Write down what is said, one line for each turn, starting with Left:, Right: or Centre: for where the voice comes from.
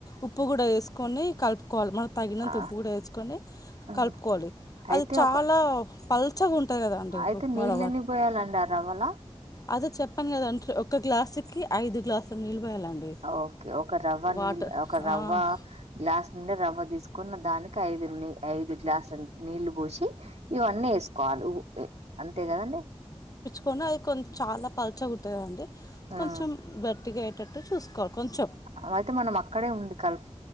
Left: ఉప్పు కూడా ఏసుకొని కలుపు కోవాలి మనకు తగినంత
Right: ఆ
Left: ఉప్పు కూడా ఏసుకొని
Right: ఆ.
Left: కలుపుకోవాలి
Right: అయితే
Left: అది చాలా
Right: ఒక
Left: పల్చగా ఉం టది కదా అంటే
Right: అయితే
Left: ఉప్మా
Right: నీళ్ళని
Left: రవ్వ
Right: పోయాలండి ఆ రవ్వల
Left: అదే చెప్పను కదా అంటే ఒక గ్లాసుకి ఐదు గ్లాసుల నీళ్ళు పోయాలండి
Right: ఓకే ఒక రవ్వ
Left: వాటర్
Right: నీళ్ళు ఒక రవ్వ గ్లాస్ నిండ రవ్వ తీసు కున్న దానికి ఐదు ఐదు గ్లాసులు నీళ్లు పోసి ఇవన్నీ ఎసుకోవాలి అంతే కదండి
Left: కొని అది కొం చాలా పల్చగా ఉంటది కదండీ
Right: హ్మ్.
Left: కొంచెం గట్టిగ అయ్యేటట్టు చూసుకోవాలి కొంచెం
Right: అలా అయితే మనం అక్కడే ఉండి కలపు